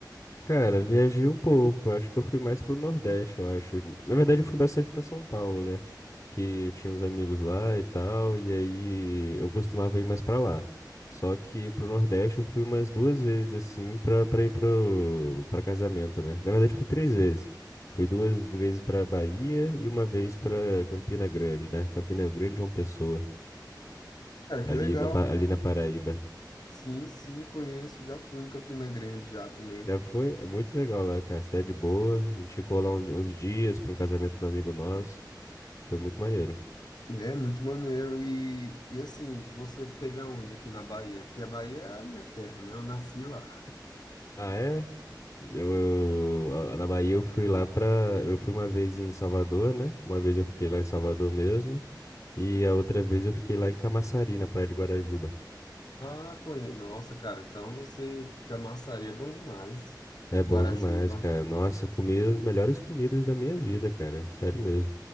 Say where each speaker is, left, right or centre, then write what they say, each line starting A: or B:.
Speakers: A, on the left; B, on the left.
A: Cara, viajei um pouco. Acho que eu fui mais pro Nordeste, eu acho. Na verdade, eu fui bastante pra São Paulo, né? Que eu tinha uns amigos lá e tal, e aí eu costumava ir mais pra lá. Só que pro Nordeste eu fui umas duas vezes, assim, pra, pra ir pro, pra casamento, né? Na verdade, fui três vezes. Fui duas vezes pra Bahia e uma vez pra Campina Grande, né? Campina Grande é uma pessoa,
B: Cara, que
A: ali
B: legal.
A: na, Pa- ali na Paraíba.
B: Sim, sim, conheço. Já fui em Campina Grande já também.
A: Já foi, é muito legal lá, cara. Cidade boa. A gente ficou lá um- uns dias para um casamento de um amigo nosso. Foi muito maneiro.
B: É muito maneiro. E, e assim, você teve aonde aqui na Bahia? Porque a Bahia é a minha terra, né? Eu nasci lá.
A: Ah, é? Eu, eu- a- na Bahia eu fui lá pra. Eu fui uma vez em Salvador, né? Uma vez eu fiquei lá em Salvador mesmo. E a outra vez eu fiquei lá em Camaçari, na Praia de Guarajuba.
B: Ah, conheço. Nossa, cara, então você. Camaçari é bom demais.
A: É
B: Guarajuba.
A: bom demais, cara. Nossa, comi as melhores comidas da minha vida, cara. Sério mesmo.